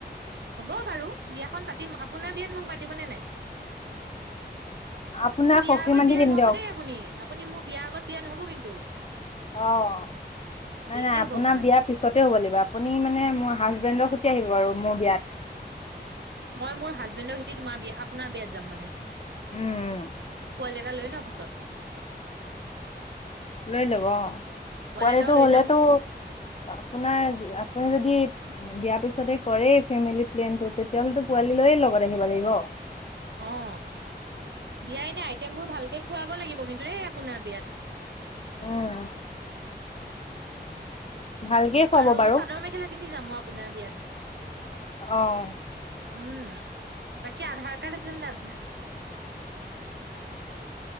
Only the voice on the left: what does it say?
আপোনাক
সখী
মাতি
দিম
দিয়ক
অ', নাই
-নাই
আপোনাৰ
বিয়া পিছতে হ'ব লাগিব। আপুনি মানে মোৰ হাজবেণ্ডৰ সৈতে আহিব আৰু মোৰ বিয়াত।
উম', -উ', -
লৈ, ল'ব অ',
পোৱালিটো
হ'লেতো
আপোনাৰ- -আপুনি যদি বিয়াৰ পিছতে কৰে ফেমিলি -প্লেনটো, তেতিয়া হ'লেতো পোৱালি লৈয়ে লগত আহিব লাগিব।
উম, ভালকে খুৱাব
বাৰু।
অ'